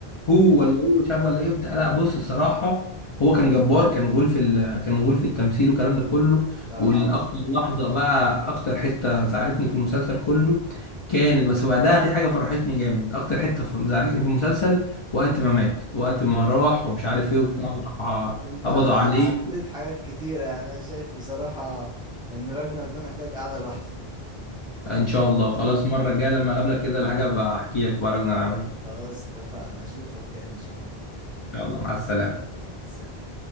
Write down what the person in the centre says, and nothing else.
صراحة
اه
اه
انت
عديت حاجات كتيرة يعني انا شايف بصراحة ان راجنر ده محتاج قعدة لوحده
خلاص اتفقنا اشوفك تاني ان شاء الله
يلا سلام